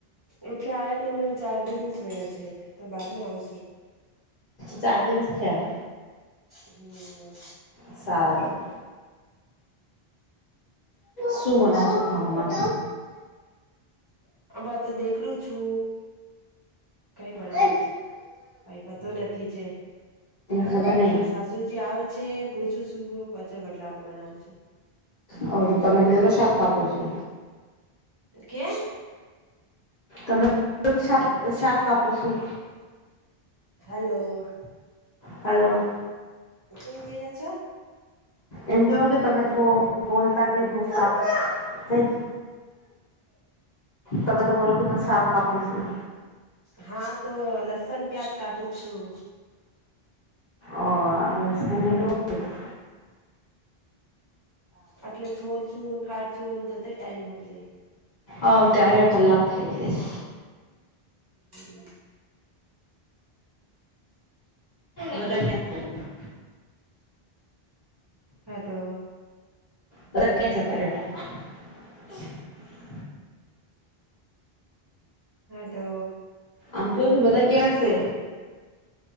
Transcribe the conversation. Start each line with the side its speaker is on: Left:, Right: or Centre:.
Right: એટલે આયા ને મને ચાર દિન જ થયા છે તો બાદ મેં આવશુ
Left: ચાર દિન જ થયા
Right: હમ્મ.
Left: સારું. શું બનાવો છો ખાવામાં?
Right: આંબા તો દેખલુ છુ કંઈ બણાવ
Left: તને
Right: છે, કંઈ પતો નથી છે.
Left: ખબર
Right: અટલે
Left: નહિ
Right: સાસુજી આવ છે પૂછું છું <unintelligible> પાછા બટલામ બનાઉ છું
Left: અવે તો તમે તો <unintelligible> શાક કાપો છો
Right: કે
Left: તમે શાક શાક કાપુ સું
Right: હલો.
Left: હલો.
Right: કેમ કેરા છો
Left: એમ કેવો કે તમે તો બો બોલતા કેમ ન <inaudible> તંઈ તમે તો બોલો કે હું શાક કાપું છું
Right: હા તો લસણ પ્યાજ કાટુ છું
Left: અ લસણ ને ડુંગળી
Right: અટલે છોલ છું ન કાટ છું ન ત તે ટાઈમ વઈ જાય
Left: અવ ત્યારે કલાક થઈ જાય સ
Right: <inaudible>
Left: બધાય ક્યા <unintelligible>
Right: હા તો
Left: તરત ક્યાં જતા રયા <unintelligible>
Right: હા તો
Left: આમ <unintelligible> બધાય ક્યાં સે